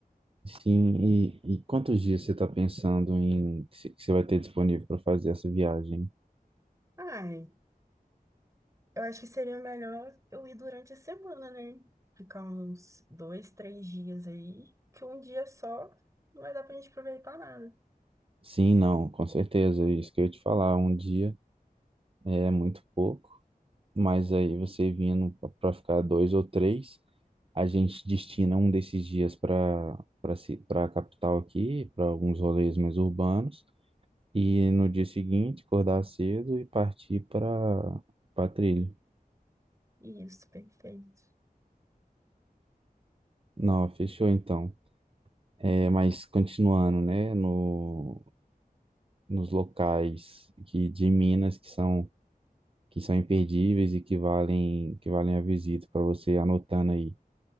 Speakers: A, on the right; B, on the right.
A: Sim, e, e quantos dias você está pensando em que você que você vai ter disponível para fazer essa viagem?
B: Ai, eu acho que seria melhor eu ir durante a semana, né? Ficar uns dois, três dias aí, que um dia só não vai dar pra gente aproveitar nada.
A: Sim, não, com certeza. é Isso que eu ia te falar, um dia é muito pouco, mas aí você vindo para ficar dois ou três, a gente destina um desses dias para para para a capital aqui, para alguns rolês mais urbanos, e no dia seguinte acordar cedo e partir para para trilha.
B: Isso, perfeito.
A: Não, fechou então. É, mas continuando, né, no, nos locais que, de Minas que são, que são imperdíveis e que valem, que valem a visita para você anotando aí.